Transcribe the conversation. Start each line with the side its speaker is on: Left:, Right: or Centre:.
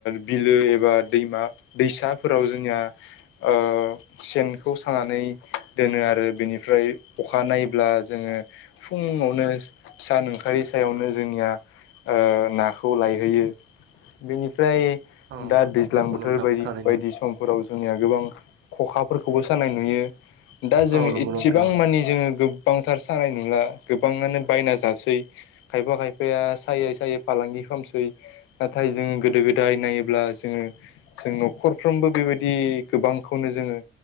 Left: बिलो एबा दैमा दैसाफोराव जोंनिया ओ सेनखौ सानानै दोनो आरो बेनिफ्राय अखा नायब्ला जोङो फुं आवनो सान ओंखारिनि सायावनो जोंनिया ओ नाखौ लायहोयो बेनिफ्राय
Right: औ
Left: दा दैज्लां
Right: नंगौ
Left: बोथोर
Right: नोंथां
Left: बायदि
Right: थारैनो
Left: बायदि समफोराव जोंनिया गोबां खखा फोरखौबो सानाय नुयो दा जोङो
Right: औ नंगौ
Left: एसेबां
Right: नोंथां
Left: मानि जोङो गोबांथार सानाय नुला गोबाङानो बायना जासै खायफा खायफा फाया सायै सायै फालांगि खालामसै नाथाय जों गोदो गोदाय नायोब्ला जोङो जों न'खरफ्रोमबो बेबायदि गोबांखौनो जोङो